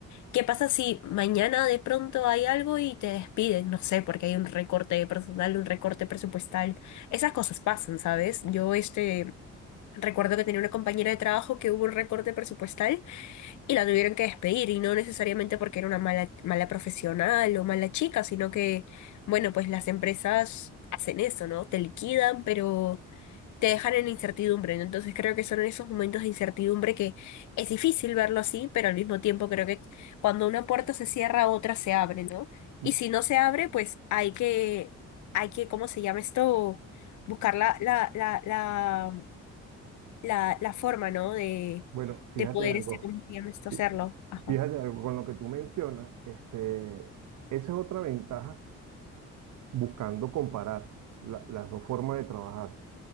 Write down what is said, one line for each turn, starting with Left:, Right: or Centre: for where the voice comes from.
Left: ¿qué pasa si mañana de pronto hay algo y te despiden? No sé, porque hay un recorte de personal, un recorte presupuestal. Esas cosas pasan, ¿sabes? Yo este recuerdo que tenía una compañera de trabajo que hubo un recorte presupuestal y la tuvieron que despedir y no necesariamente porque era una mala, mala profesional o mala chica, sino que, bueno, pues las empresas hacen eso, ¿no? Te liquidan, pero te dejan en incertidumbre, ¿no? Entonces creo que son esos momentos de incertidumbre que es difícil verlo así, pero al mismo tiempo creo que cuando una puerta se cierra, otra se abre, ¿no?
Right: <laughs>
Left: Y si no se abre, pues hay que, hay que, ¿cómo se llama esto? Buscar la, la, la, la, la, la forma, ¿no? De,
Right: Bueno, fíjate
Left: de poder,
Right: algo,
Left: este, ¿cómo se llama esto? Hacerlo.
Right: fí-
Left: Ajá.
Right: fíjate algo con lo que tú mencionas, este, esa es otra ventaja buscando comparar la- las dos formas de trabajar